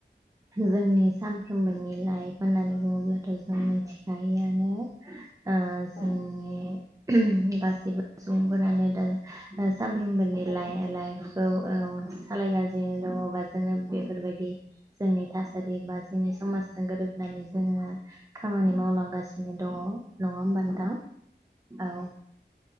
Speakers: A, on the right (about 20°); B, on the left (about 65°).
A: जोंनि सानफ्रोमबोनि लाइफ होननानै बुङोब्लाथ' जों मिथिखायोआनो ओ जोंनि
B: उम
A: गासिबो सुबुंफोरानो दा सामफ्रोमबोनि
B: नाखौ
A: लाइ
B: हमनानै
A: लाइफखौ औ सालायगा सिनो दङ बा जोङो बेफोरबायदि जोंनि थासारि बा जोंनि समाज जों गोरोबनानै जोङो खामानि मावलांगासिनो दङ नङा नोंथां औ